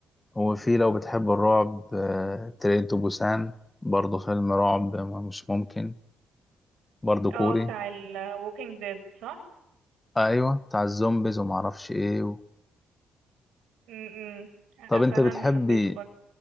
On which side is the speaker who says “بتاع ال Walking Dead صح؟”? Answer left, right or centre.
Right